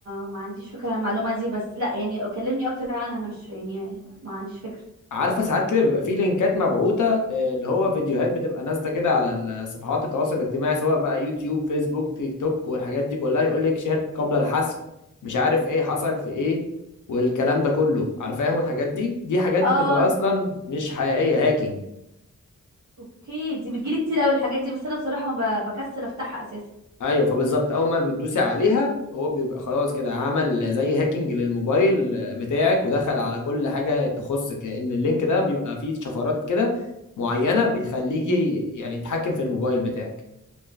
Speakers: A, on the right; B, on the left.
A: ما عنديش فكرة عن المعلومة دي بس لا يعني كلمني اكتر عنها انا مش يعني ما عنديش فكرة
B: عارفه ساعات كده بيبقى في لينكات مبعوثه آه، اللي هو فيديوهات بتبقى نازله كده على صفحات التواصل الاجتماعي سواء بقى يوتيوب فيسبوك تيك توك والحاجات دي كلها يقول لك شاهد قبل الحذف مش عارف ايه حصل في ايه والكلام ده كله عارفاهم الحاجات دي دي حاجات
A: اه
B: بتبقى اصلا مش حقيقيه هاكينج
A: اوكي دي بتجيلي كتير قوي الحاجات دي بس انا بصراحة ما ب- بكسل افتحها اساسا
B: ايوه فبالظبط اول ما بتدوسي عليها هو بيبقى خلاص كده عمل زي هاكينج للموبايل بتاعك ودخل على كل حاجه تخصك لان اللينك ده بيبقى فيه شفرات كده معينه بتخليكي يعني يتحكم في الموبايل بتاعك